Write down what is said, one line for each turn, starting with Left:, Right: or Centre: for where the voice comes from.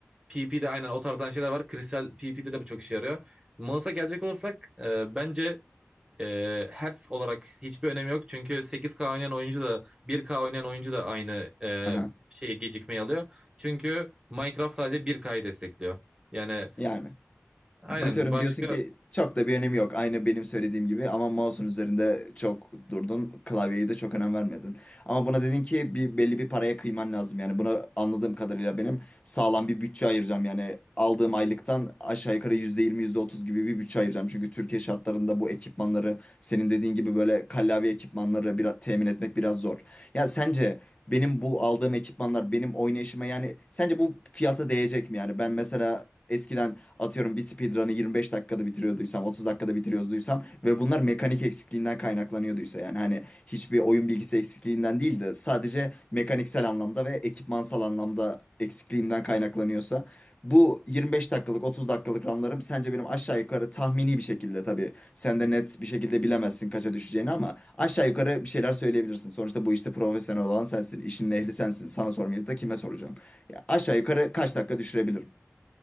Right: PvP'de aynen o tarzdan şeyler var. Kristal PvP'de de bu çok işe yarıyor. Mouse'a gelecek olursak e, bence e, hertz olarak hiçbir önemi yok. Çünkü 8K oynayan oyuncu da 1K oynayan oyuncu da aynı e,
Left: Aha.
Right: şeye gecikmeyi alıyor. Çünkü Minecraft sadece 1K'yı destekliyor. Yani
Left: Yani
Right: aynen
Left: Monitörün
Right: başka
Left: diyorsun ki çok da bir önemi yok. Aynı benim söylediğim gibi ama mouse'un üzerinde çok durdun. Klavyeye de çok önem vermedin. Ama buna dedin ki bir belli bir paraya kıyman lazım. Yani buna anladığım kadarıyla benim sağlam bir bütçe ayıracağım. Yani aldığım aylıktan aşağı yukarı yüzde yirmi yüzde otuz gibi bir bütçe ayıracağım. Çünkü Türkiye şartlarında bu ekipmanları senin dediğin gibi böyle kallavi ekipmanları biraz temin etmek biraz zor. Ya sence benim bu aldığım ekipmanlar benim oynayışıma yani sence bu fiyata değecek mi? Yani ben mesela eskiden atıyorum bir speedrun'ı 25 dakikada bitiriyorduysam 30 dakikada bitiriyorduysam ve bunlar mekanik eksikliğinden kaynaklanıyorduysa yani hani hiçbir oyun bilgisi eksikliğinden değil de sadece mekaniksel anlamda ve ekipmansal anlamda eksikliğimden kaynaklanıyorsa bu 25 dakikalık 30 dakikalık runlarım sence benim aşağı yukarı tahmini bir şekilde tabii sen de net bir şekilde bilemezsin kaça düşeceğini ama aşağı yukarı bir şeyler söyleyebilirsin. Sonuçta bu işte profesyonel olan sensin, işin ehli sensin. Sana sormayıp da kime soracağım? Ya aşağı yukarı kaç dakika düşürebilirim?